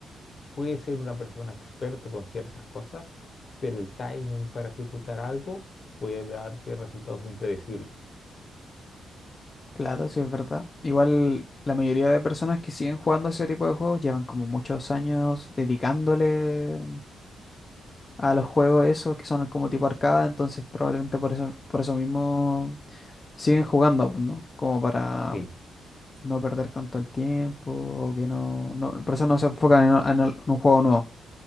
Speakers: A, on the left; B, on the left.
A: Puede ser una persona experta con ciertas cosas, pero el timing para ejecutar algo puede darte resultados impredecibles.
B: Claro, sí es verdad. Igual la mayoría de personas que siguen jugando ese tipo de juegos llevan como muchos años dedicándole a los juegos esos que son como tipo arcada, entonces probablemente por eso, por eso mismo siguen jugando, pues, ¿no? Como para
A: Sí.
B: no perder tanto el tiempo, o que no, no, por eso no se enfocan en, en el- en un juego nuevo.